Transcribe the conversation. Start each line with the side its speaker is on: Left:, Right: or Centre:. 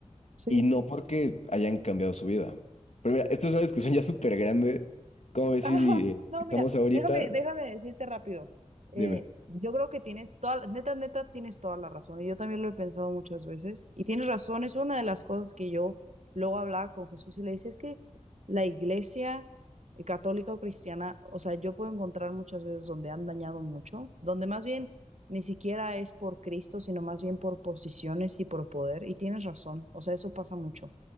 Right: Sí.
Left: y no porque hayan cambiado su vida. Pero mira, esta es una discusión ya súper grande. ¿Cómo ves
Right: Ajá.
Left: si eh,
Right: No,
Left: dejamos
Right: mira,
Left: ahorita?
Right: déjame, déjame decirte rápido. Eh,
Left: Dime.
Right: yo creo que tienes toda, la- neta, neta, tienes toda la razón. Y yo también lo he pensado muchas veces. Y tienes razón, es una de las cosas que yo luego hablaba con Jesús y le decía, es que la iglesia eh, católica o cristiana, o sea, yo puedo encontrar muchas veces donde han dañado mucho, donde más bien ni siquiera es por Cristo, sino más bien por posiciones y por poder. Y tienes razón, o sea, eso pasa mucho,